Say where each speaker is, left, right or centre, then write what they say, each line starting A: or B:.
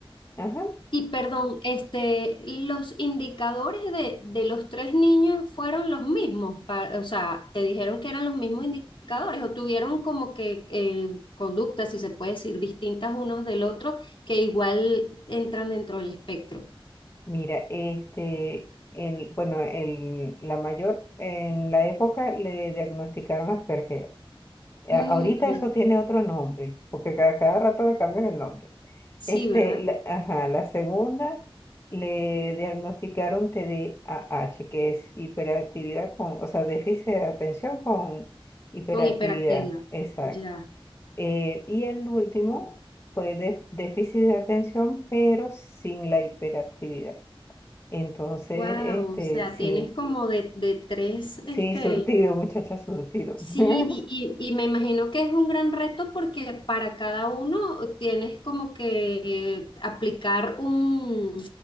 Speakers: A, on the left; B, on the left.
A: ajá.
B: Y perdón, este, los indicadores de, de los tres niños fueron los mismos, pa- o sea, te dijeron que eran los mismos indicadores o tuvieron como que eh, conductas, si se puede decir, distintas unos del otro, que igual entran dentro del espectro.
A: Mira, este, el, bueno, el, la mayor en la época le diagnosticaron Asperger. A-
B: Ujú,
A: Ahorita eso tiene otro nombre, porque cada, cada rato le cambian el nombre.
B: Sí,
A: Este,
B: ¿verdad?
A: la, ajá, la segunda le diagnosticaron TDAH, que es hiperactividad con, o sea, déficit de atención con hiperactividad,
B: Con hiperactividad.
A: exacto.
B: Ya.
A: Eh, y el último fue de- déficit de atención, pero sin la hiperactividad. Entonces,
B: Wow,
A: este,
B: o sea,
A: sí,
B: tienes como de, de tres,
A: sí,
B: este,
A: surtido, muchacha, surtido.
B: Sí,
A: <laughs>
B: y, y- y me imagino que es un gran reto porque para cada uno tienes como que aplicar un,